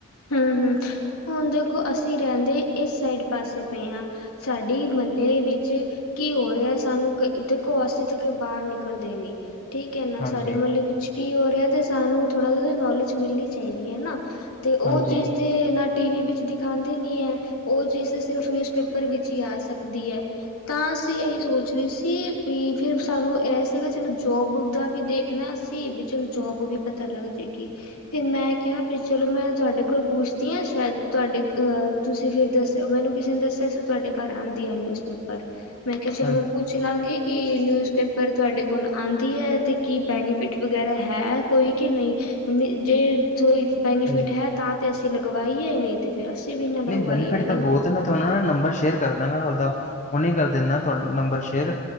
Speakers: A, on the left; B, on the left.
A: ਹੂੰ, ਹੂੰ ਸ ਹੁਣ ਦੇਖੋ ਅਸੀਂ ਰਹਿੰਦੇ ਇਸ ਸਾਈਡ ਪਾਸੇ ਪਏ ਹਾਂ। ਸਾਡੀ ਮਹੱਲੇ ਵਿੱਚ ਕੀ ਹੋ ਰਿਹਾ, ਸਾਨੂੰ ਕ ਦੇਖੋ ਅਸੀਂ ਤੇ ਬਾਹਰ ਨਿਕਲਦੇ ਨੀ। ਠੀਕ ਹੈ ਨਾ,
B: ਹਾਂਜੀ
A: ਸਾਡੇ ਮਹੱਲੇ ਵਿੱਚ ਕੀ ਹੋ ਰਿਹਾ ਤੇ ਸਾਨੂੰ ਥੋੜਾ ਜਿਹੀ ਤੇ ਨੌਲੇਜ ਮਿਲਣੀ ਚਾਹੀਦੀ ਏ ਨਾਂ ਤੇ ਤੇ ਉਹ
B: ਹਾਂਜੀ
A: ਚੀਜ਼ ਤੇ ਨਾ ਟੀ ਵੀ ਵਿੱਚ ਦਿਖਾਂਦੇ ਨਹੀਂ ਹੈ, ਉਹ ਚੀਜ਼ ਤਾਂ ਸਿਰਫ ਨਿਊਜ਼ਪੇਪਰ ਵਿੱਚ ਹੀ ਆ ਸਕਦੀ ਹੈ। ਤਾਂ ਅਸੀਂ ਇਹੀ ਸੋਚ ਰਹੇ ਸੀ, ਵੀ ਫਿਰ ਸਾਨੂੰ ਇਹ ਸਿਗਾ ਚਲੋ ਜੋਬ ਦਾ ਵੀ ਦੇਖਣਾ ਅਸੀਂ ਕਿ ਚਲੋ ਜੋਬ ਵੀ ਪਤਾ ਲੱਗ ਜੇਗੀ। ਫਿਰ ਮੈਂ ਕਿਹਾ ਵੀ ਚਲੋ ਮੈਂ ਤੁਹਾਡੇ ਕੋਲ ਪੁੱਛਦੀ ਹਾਂ ਸ਼ਾਇਦ ਤੁਹਾਡੇ ਅਹ ਤੁਸੀਂ ਫਿਰ ਦੱਸ ਮੈਨੂੰ ਕਿਸੇ ਨੇ ਦੱਸਿਆ ਸੀ ਤੁਹਾਡੇ ਘਰ ਆਂਦੀ ਐ ਨਿਊਜ਼ਪੇਪਰ। ਮੈਂ ਕਿਹਾ ਚਲੋ
B: ਹਾਂਜੀ
A: ਮੈਂ ਪੁੱਛ ਲਾਂਗੀ। ਕਿ ਨਿਊਜ਼ਪੇਪਰ ਤੁਹਾਡੇ ਕੋਲ ਆਂਦੀ ਹੈ। ਤੇ ਕੀ ਬੈਨੀਫਿਟ ਵਗੈਰਾ ਹੈ ਕੋਈ ਕਿ ਨਹੀਂ ਜੇ । ਕੋਈ ਬੇਨੀਫਿਟ
B: ਹਾਂਜੀ
A: ਹੈ? ਤੇ ਅਸੀਂ ਲਗਵਾਈਏ ਨਹੀਂ ਤੇ। ਫਿਰ ਅਸੀਂ ਵੀ ਨਾ
B: ਨਹੀਂ
A: ਲਗਵਾਈਏ
B: ਬੈਨੀਫਿਟ
A: ਨਹੀਂ
B: ਤਾਂ ਬਹੁਤ ਏ, ਮੈਂ ਤਾਂ ਉਹਨਾਂ ਨਾ ਨੰਬਰ ਸ਼ੇਅਰ ਕਰ ਦਾਂਗਾ ਉਹਦਾ। ਹੁਣੇ ਕਰ ਦਿੰਨਾਂ ਤੁਹਾਨੂੰ ਨੰਬਰ ਸ਼ੇਅਰ।